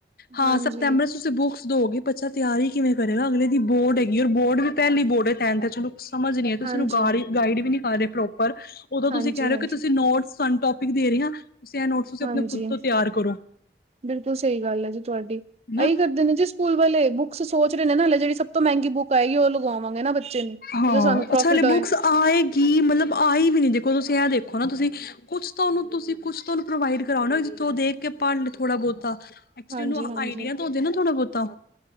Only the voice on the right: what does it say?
ਹਾਂਜੀ,
ਹਾਂਜੀ,
ਹਾਂਜੀ,
ਹਾਂਜੀ।
ਹਾਂਜੀ,
ਬਿਲਕੁਲ ਸਹੀ ਗੱਲ ਐ ਜੀ ਤੁਹਾਡੀ,
ਇਹੀ ਕਰਦੇ ਨੇ ਜੀ ਸਕੂਲ ਵਾਲੇ ਬੁੱਕਸ ਸੋਚ ਰਹੇ ਨੇ ਨਾ ਹਲੇ ਜਿਹੜੀ ਤੋਂ ਮਹਿੰਗੀ ਬੁੱਕ ਆਏਗੀ ਉਹ ਲਗਵਾਵਾਂਗੇ ਬੱਚੇ ਨੂੰ ਤਾਂ
ਜੋ ਸਾਨੂੰ ਪ੍ਰੋਫਿਟ
ਹੋਏ।
ਹਾਂਜੀ-ਹਾਂਜੀ।